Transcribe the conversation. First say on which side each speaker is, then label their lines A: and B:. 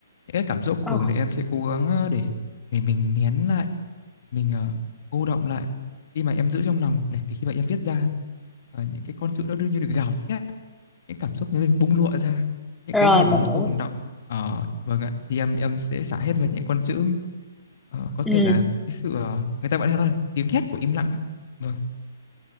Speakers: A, on the left; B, in the centre.
A: Những cái cảm xúc
B: Ờ,
A: thường thì em sẽ cố gắng ờ, để để mình nén lại, mình ờ, cô đọng lại khi mà em giữ trong lòng này để khi mà em viết ra ờ, những cái con chữ đó đương nhiên được gào thét những cảm xúc nó bung lụa ra những
B: rồi
A: cái gì
B: mình
A: mà nó
B: hiểu.
A: tồn đọng uh, vâng ạ thì em em sẽ xả hết vào những con chữ Ờ, có
B: Ừ.
A: thể là cái sự ờ, người ta gọi nó là tiếng hét của im lặng á. Vâng